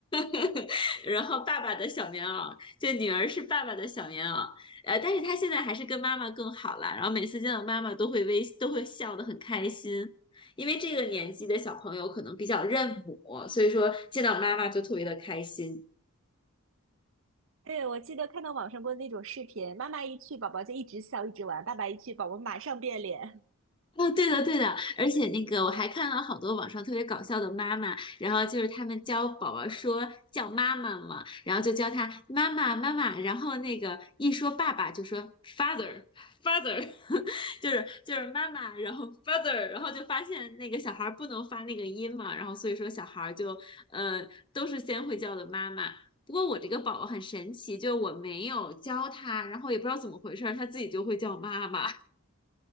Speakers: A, on the left; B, on the right.
A: <laughs> 然后爸爸的小棉袄，就女儿是爸爸的小棉袄，呃，但是她现在还是跟妈妈更好了，然后每次见到妈妈都会微都会笑得很开心，因为这个年纪的小朋友可能比较认母，所以说见到妈妈就特别的开心。
B: 对，我记得看到网上过那种视频，妈妈一去，宝宝就一直笑一直玩；爸爸一去，宝宝马上变脸。
A: 哦，对的，对的，而且那个我还看到好多网上特别搞笑的妈妈，然后就是他们教宝宝说叫妈妈嘛，然后就教他妈妈妈妈，然后那个一说爸爸就说 father father，<laughs> 就是就是妈妈，然后 father，然后就发现那个小孩儿不能发那个音嘛，然后所以说小孩儿就呃都是先会叫的妈妈。不过我这个宝宝很神奇，就是我没有教他，然后也不知道怎么回事儿，他自己就会叫妈妈。